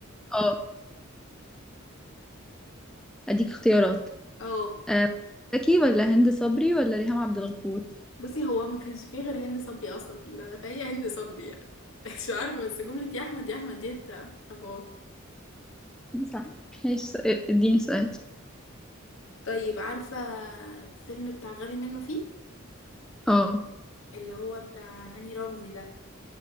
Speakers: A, in the centre; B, on the left.
A: اه اديك اختيارات
B: اه
A: آه، زكي ولا هند صبري ولا ريهام عبد الغفور
B: بصي هو ما كانش فيه غير هند صبري اصلا في البتاع ده فهي هند صبري يعني <laughs> مش عارفه بس جمله يا احمد يا احمد ديت حوار
A: صح ماشي سؤال- اديني سؤال
B: طيب عارفه الفيلم بتاع غبي منه فيه
A: اه
B: اللي هو بتاع هاني رمزي ده